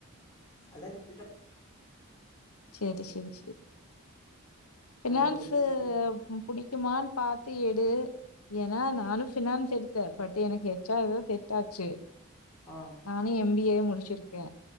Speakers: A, on the left; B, on the left.
A: அதல்லா வித்துட்டோ
B: சேரி சேரி சேரி ஃபினான்ஸு
A: ஆடு எல்லாத்தையு வித்து
B: புடிக்குமான்னு பாத்து எடு ஏன்னா நானும் ஃபினான்ஸ் எடுத்தே பட் எனக்கு ஹச்ஆர்தா செட்டாச்சு
A: ஆ
B: நானு எம்பிஏ முடிச்சிருக்கே